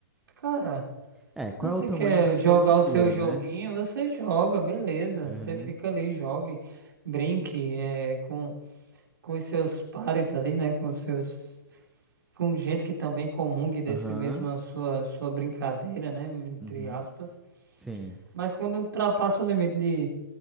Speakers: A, on the right; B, in the centre.
A: Cara,
B: É, qual
A: você
B: é o tamanho
A: quer
B: da sua
A: jogar
B: loucura,
A: o seu joguinho?
B: né?
A: Você joga, beleza.
B: Aham,
A: Você fica ali, jogue, brinque é, com, com os seus pares ali, né? Com os seus. Com gente que também comungue desse
B: aham,
A: mesmo a sua, sua brincadeira, né? Entre
B: uhum,
A: aspas.
B: sim.
A: Mas quando ultrapassa o limite de